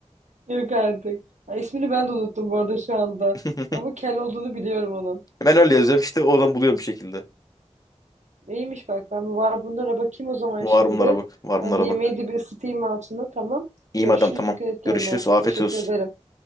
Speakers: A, on the right (about 80°); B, on the left (about 30°).
A: Yok artık. Ha, ismini ben de unuttum bu arada şu anda.
B: <laughs>
A: Ama kel olduğunu biliyorum onun.
B: Ben öyle yazıyorum işte oradan buluyorum bir şekilde.
A: İyiymiş bak ben var bunlara bakayım o zaman
B: Var
A: şimdi.
B: bunlara bak. Var
A: Ben
B: bunlara
A: de yemeği
B: bak.
A: de bir ısıtayım altına tamam.
B: İyiyim
A: Görüşürüz
B: adam tamam.
A: dikkat et kendine.
B: Görüşürüz. Afiyet
A: Teşekkür
B: olsun.
A: ederim.